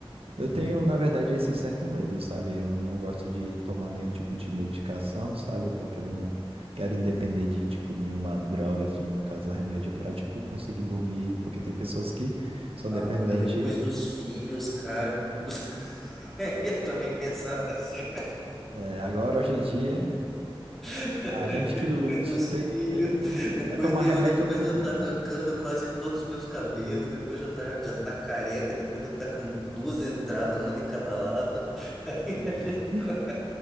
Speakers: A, in the centre; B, on the right.
A: Uhum.
B: Eu tenho, na verdade, esse certo medo, sabe? Eu não gosto de tomar nenhum tipo de medicação, sabe? Porque eu não quero depender de, tipo, nenhuma droga, assim, no caso, remédio, pra, tipo, conseguir dormir. Porque tem pessoas que são
A: Ah,
B: dependentes.
A: olha, depois dos filhos, cara, <laughs> eu também pensava assim.
B: é, agora, hoje em dia.
A: <laughs>
B: A gente
A: Depois
B: que lute,
A: dos
B: tem,
A: filhos,
B: tem que dormir.
A: depois
B: É tomar
A: de
B: remédio
A: eu, depois
B: ou não dormir.
A: de eu estar arrancando quase todos os meus cabelos, depois de eu tá, já tá careca, depois de eu estar com duas entradas, uma de cada lado, <laughs> aí
B: Sim,
A: a gente,
B: sim. <laughs>
A: co-